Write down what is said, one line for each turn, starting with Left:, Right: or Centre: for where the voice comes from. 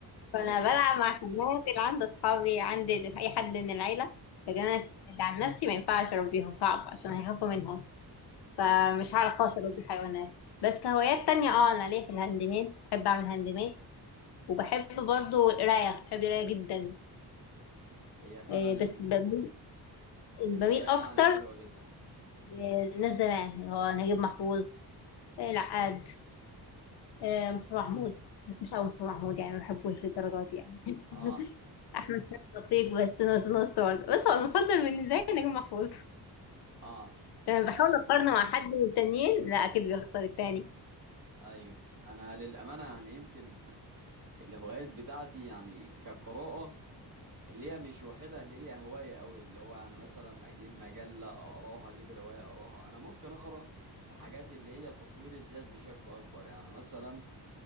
Left: فانا
Right: ايوه
Left: بلعب مع الحيوانات اللي عند اصحابي عند اي حد من العيله لكن انا اللي عن نفسي ما ينفعش اربيهم صعب عشان هيخافوا منهم فمش
Right: اه
Left: هعرف خالص اربي الحيوانات بس كهوايات تانية اه انا ليا في الهاند ميد بحب اعمل هاند ميد وبحب برضو القرايه بحب القرايه جدا
Right: هي فعلا
Left: إيه بس
Right: ال...
Left: بميل
Right: القرايه
Left: بميل اكتر
Right: يعني حلوه جدا
Left: للناس زمان اللي هو نجيب محفوظ إيه، العقاد آه، مصطفى محمود بس مش قوي مصطفى محمود يعني ما بحبوش للدرجات دي يعني
Right: اه
Left: <laughs> احمد سعد لطيف بس نص نص برضه بس هو المفضل بالنسبه لي نجم محفوظ
Right: اه
Left: لما بحاول
Right: لا، انا
Left: اقارنه مع حد من التانيين لا اكيد بيخسر التاني
Right: ايوه انا للامانه يعني يمكن الهوايات بتاعتي يعني كقراءه اللي هي مش واخدها اللي هي هوايه قوي اللي هو يعني مثلا اجيب مجله اقراها اجيب روايه اقراها انا ممكن اقرا في حاجات اللي هي تطوير الذات بشكل اكبر يعني مثلا